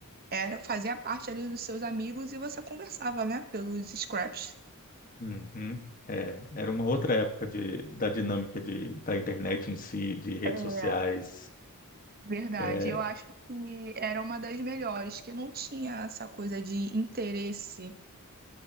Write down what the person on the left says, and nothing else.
Uhum. É, era uma outra época de, da dinâmica de, da internet em si, de redes
sociais.
É,